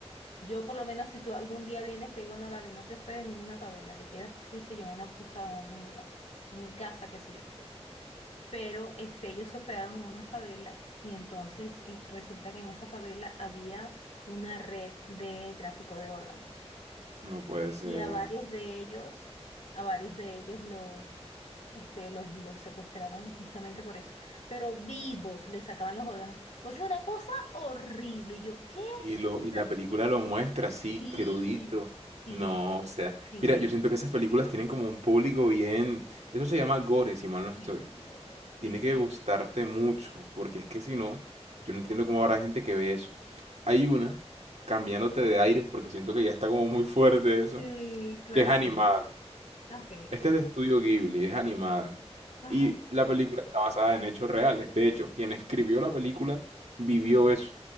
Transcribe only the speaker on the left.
Yo por lo menos si tú algún día vienes te digo, no, David, no te hospedes en ninguna favela, te quedas, qué sé yo, en una posada o en un lugar, en mi casa, qué sé yo, etcétera. Pero este, ellos se hospedaron en una favela y entonces eh, resulta que en esa favela había una red de tráfico de órganos
y a varios de ellos, a varios de ellos los, este, los, los secuestraron justamente por eso, pero vivos les sacaban los órganos. O sea, una cosa horrible. Y yo, ¿qué?
O sea,
sí,
sí,
sí.
Ay, no, qué horror. ¿En
serio?
Sí, claro.
Ok.
Ajá.